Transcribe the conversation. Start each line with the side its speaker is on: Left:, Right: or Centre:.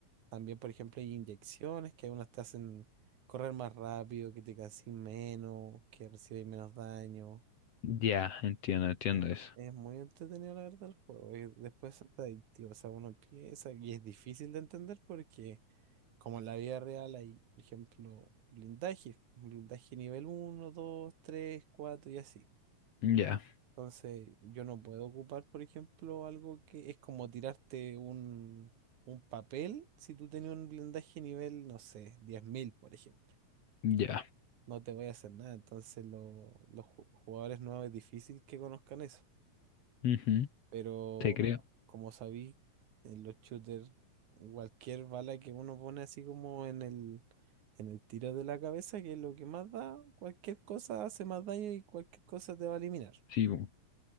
Right: también, por ejemplo, hay inyecciones que algunas te hacen correr más rápido, que te casís menos, que recibes menos daño.
Left: ya, entiendo, entiendo
Right: Eh,
Left: eso.
Right: es muy entretenido, la verdad, el juego. y después es adictivo. O sea, uno empieza y es difícil de entender porque Como en la vida real hay, por ejemplo, blindaje, un blindaje nivel uno 2 3 4 y así.
Left: Ya,
Right: Entonces, yo no puedo ocupar, por ejemplo, algo que es como tirarte un, un papel si tú tenías un blindaje nivel, no sé, 10.000 por ejemplo.
Left: ya.
Right: No te voy a hacer nada. Entonces, lo- los ju- jugadores nuevos es difícil que conozcan eso.
Left: ujú,
Right: Pero
Left: Te creo.
Right: co- como sabí, en los shooters, cualquier bala que uno pone así como en el, en el tiro de la cabeza, que es lo que más da, cualquier cosa hace más daño y cualquier cosa te va a eliminar.
Left: Sí, bu.